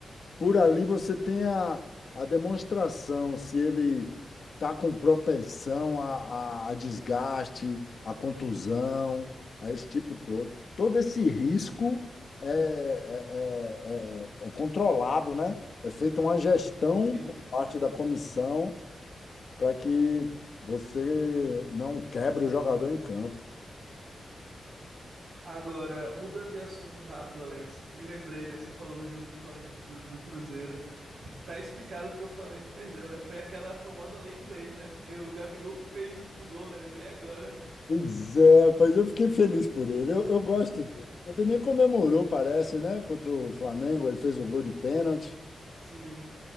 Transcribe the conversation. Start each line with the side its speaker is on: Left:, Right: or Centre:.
Left: por ali você tem a, a demonstração se ele está com propensão a, a, a desgaste, a contusão, a esse tipo todo. Todo esse risco é, é, é, é é controlado, né? É feita uma gestão
Right: Sim.
Left: por parte da comissão para que você não quebre o jogador em campo.
Right: Agora, mudando de assunto rápido, Alex, me lembrei, né? Você falou do jogo do Flamengo e Tru- do Cruzeiro. Tá explicado porque o Flamengo perdeu, né? Foi aquela famosa lei do ex, né? Porque o Gabigol que fez o último gol, né? Lembrei agora.
Left: Pois é, rapaz, eu fiquei feliz por ele. Eu, eu gosto dele. Ele nem comemorou, parece, né? Contra o Flamengo, ele fez o gol de pênalti.
Right: Sim.